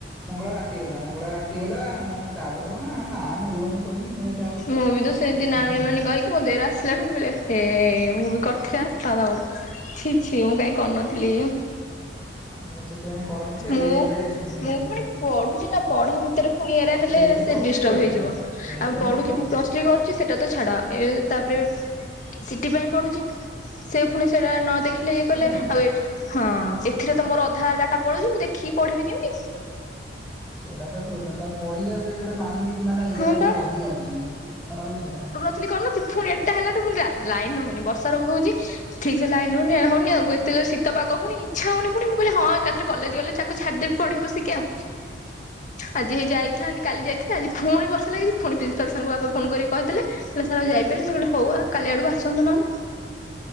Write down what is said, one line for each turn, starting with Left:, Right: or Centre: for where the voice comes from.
Centre: ମଙ୍ଗଳବାର ରାତି ଗଲା ମଙ୍ଗଳବାର ରାତି ଗଲା ମୁଁ ତାପରଠୁ ଉଁ ନାଁ ମିଳିବନି କହିଲି ମୁଁ ଏତେ ଆଉ
Left: ମୁଁ ବି ତ ସେନ୍ତି
Centre: ସିରିୟସ୍
Left: ନା
Centre: କରିନାହିଁ
Left: ମିଳିବନି କହିକି ମୋ ଦେଇର ଆସିଲା ଠୁ ମୁଁ କହିଲି ଏ ହେ ଭୁଲ୍ କ <unintelligible> ଛି ଛି ମୁଁ କାଇଁ କରିନଥିଲି।
Centre: ମୁଁ ସେଥିପାଇଁ କରୁନଥିଲି
Left: ମୁଁ
Centre: ଏଇ ଏବେ ଦି ଦିନ ହେଲା
Left: ମୁଁ
Centre: କରୁଛି।
Left: ଫୁଣି ପଢୁଚି ନା ପଢା ଭି ତେରେ ଫୁଣି ଏରା ହେଲେ
Centre: ସେଇଟା
Left: ସିଏ
Centre: ତ ହଉଛି
Left: ଡିଷ୍ଟର୍ବ
Centre: ପ୍ରୋବ୍ଲେମ
Left: ହେଇଯିବ
Centre: ସେଇଟା
Left: ଆଉ
Centre: ତ
Left: ପଢୁଚି
Centre: ହିଁ ପ୍ରୋବ୍ଲେମ
Left: ମୁଁ ପ୍ଲସ୍ ଥ୍ରି କରୁଚି ସେଟା ତ ଛାଡା ଏ ତାପରେ ସିିଟି ପାଇଁ ପଢୁଚି ସେ ଫୁଣି ସେଟା ନ ଦେଖିଲେ
Centre: ସିଟି
Left: ଇଏ କଲେ
Centre: ପାଇଁ
Left: ଆଉ ଏଇଟା ହଁ ଏଥିରେ ତ ମୋର ଅଧା ଡାଟା ପଳଉଚି ମୁଁ ଦେଖିକି ପଢିବି କେମତି।
Centre: ସେଇଟା ତ ପ୍ରୋବ୍ଲେମ୍ ତା ପଢିଲେ ବି ଗୋଟେ ମାଇଣ୍ଡି ମାନେ ଇଆଡେ
Left: ହଁ
Centre: ବି
Left: ବା
Centre: ରହିଯାଉଚି କଥାଟା ହଉଚି ସେଟା।
Left: ଥିଲି କରୁନଥି‌ ଫୁଣି ଏଟା ହେଲାଠୁ ଫୁଣି ଲା ଲାଇନ୍ ରହୁନି ବର୍ଷା ରହୁଚି। ଠିକ୍ ସେ ଲାଇନ୍ ରହୁନି ଇଏ ହଉନି ଆଉ ଏତେ ଜୋରେ ଶୀତ ପାଗ ଫୁଣି ଇଛା ହଉନି ଫୁଣି ମୁଁ କିହିଲି ହଁ ଏକାଥେରେ କଲେଜ ଗଲେ ଚାର୍ ଆକୁ ଛାଡିଦେବିି ପଢିବି ବସିକି ଆଉ। ଆଜି ହେଇ ଯାଇଥାନ୍ତି କାଲି ଯାଇଥିଲି ଆଜି ଫୁଣି ବର୍ଷା ଲାଗିଚି ଫୁଣି ପ୍ରିନ୍ସ୍ <unintelligible> ସାରଙ୍କୁ ବାପା ଫୋନ୍ କରିକି କହିଦେଲେ <unintelligible> ସାର୍ ଆଉ ଯାଇପାରିବିନି ସିଏ କହିଲେ ହଉ ଆ କାଲି ଆଡକୁ ଆସନ୍ତୁ ନହେଲେ।